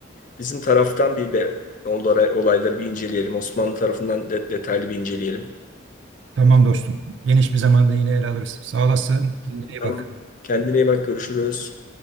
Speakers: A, on the left; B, on the right.
A: Bizim taraftan bir de onlara olayları bir inceleyelim. Osmanlı tarafından de- detaylı bir inceleyelim.
B: Tamam dostum. Geniş bir zamanda yine ele alırız. Sağ olasın. Kendine iyi
A: Tamam.
B: bak.
A: Kendine iyi bak görüşürüz.